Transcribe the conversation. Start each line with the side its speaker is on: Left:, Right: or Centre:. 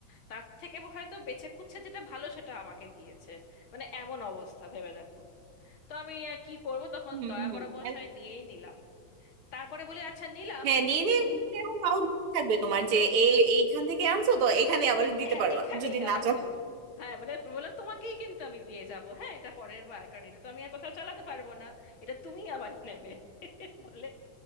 Left: তার থেকে হয়তো বেছে কুচ্ছে যেটা ভালো সেটা আমাকে দিয়েছে মানে এমন অবস্থা ভেবে দেখো তো আমি আর কি করব তখন
Right: হুম
Left: দয়া
Right: হুম
Left: পরবশয়
Right: আর
Left: নিয়েই নিলাম তারপরে বলি আচ্ছা নিলাম
Right: হ্যাঁ নিয়ে নিয়ে নিতে এখন তাও মনে থাকবে তোমার যে এই এইখান থেকে আনছো তো এখানে আবার
Left: এ-
Right: দিতে
Left: হ্যাঁ
Right: পারবা
Left: এখানেই
Right: যদি
Left: আবার
Right: না চলো
Left: দেবো হ্যাঁ মানে বলে তোমাকেই কিন্তু আমি দিয়ে যাব হ্যাঁ এটা পরের বার কারণ এটা তো আমি আর কোথাও চালাতে পারবো না এটা তুমি আবার নেবে <laughs> বলে